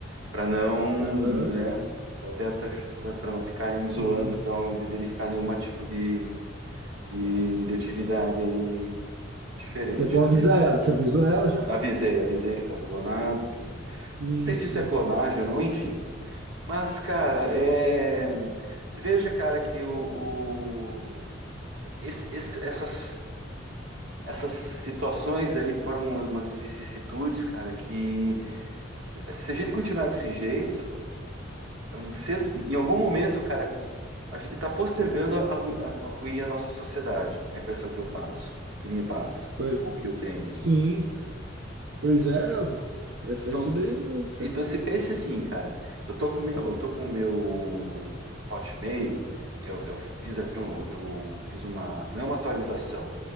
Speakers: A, on the right (about 85°); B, on the right (about 60°).
A: para não,
B: Aham,
A: né, pra até para não ficarem
B: sim.
A: zoando, para não verificar nenhum tipo de, de, de atividade aí diferente
B: É bom
A: também.
B: avisar ela. Você avisou ela já?
A: Avisei, avisei que tá clonado, que não
B: Sim,
A: sei se
B: sim.
A: isso é clonagem ou não, enfim. Mas, cara, é... você veja, cara, que o, o- esse- esse- essas Essas situações aí formam umas vicissitudes, cara, que se a gente continuar desse jeito, cedo- em algum momento, cara, a gente está postergando a, ru- a, ruir a nossa sociedade, a impressão que eu passo, que me passa,
B: foi
A: ou que eu tenho.
B: sim, pois é, é
A: São
B: é isso
A: os-
B: daí mesmo, cara.
A: Então, se pensa assim, cara, eu tô com o meu, eu tô com o meu Hotmail, eu, eu fiz aqui, um- eu, fiz uma, não é uma atualização,